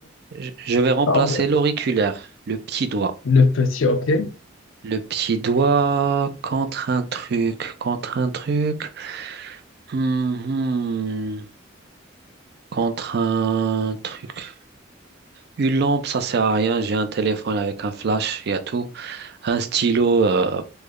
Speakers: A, on the right; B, on the left.
A: Je, je vais remplacer
B: ah ouais.
A: l'auriculaire, le petit doigt.
B: Le petit, ok.
A: Le petit doigt contre un truc, contre un truc. Mhm. Contre un truc. Une lampe, ça sert à rien. J'ai un téléphone avec un flash, il y a tout. Un stylo, euh,